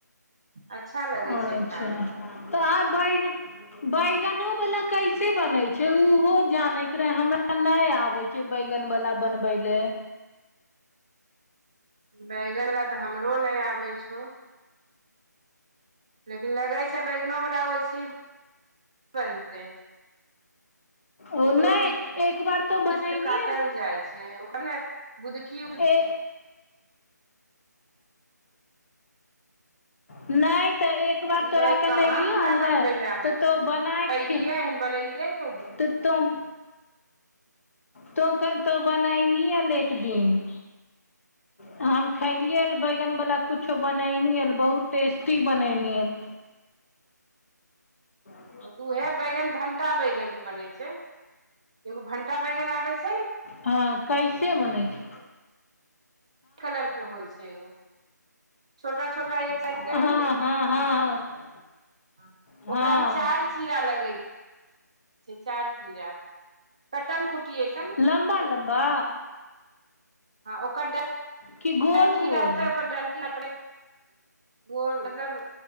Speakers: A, on the right; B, on the left.
A: अच्छा लगै
B: अच्छा
A: छै खाय मे
B: तऽ आ बैगन बैगनो वला कै से बनै छैय ओहो जाने रहे हमरा नहि आबे छैयबैगन बला बनबै ले।
A: बैगन वला तऽ हमरो नहि आबै छौ। लेकिन लगै छै बैगनोवला ओहिस बनतै।
B: ओ
A: ओकरो
B: नहि
A: बीज
B: एक बार तो बनैनी
A: पीस काटल जाइ छै ओकरा ने गुदकी
B: ए नहि तऽ ए एकबार तोरा
A: नहि
B: कनलियौ
A: कहाँ हमरा
B: हन
A: बनबै
B: ने
A: लए आबै
B: तऽ तो
A: छै
B: बनाके
A: खैलियै हन बनेलियै कहिया
B: तऽ तुम तो कन तो बनायनीयल एक दिन। हम खेलियै बैगन बला कुछो बनेल बहुत टेस्टी बनैनी हन। <inaudible>
A: तऽ उएह बैगन भंटा बैगन के बनै छैय एगो भंटा बैगन आबै छैय।
B: हँ कैसे बनै छैय?
A: कलर के होइ छैय ओ। छोटा छोटा एक साइज
B: हँ हँ हँ
A: <inaudible>
B: हँ
A: ओकरा मे चार चीरा लगै चारि चीरा कट्टन कुटिये सन।
B: लम्बा लम्बा
A: हँ ओकर डण्टी
B: कि गोल गोल
A: रहतै ओकर डणटी <inaudible> गो मतलब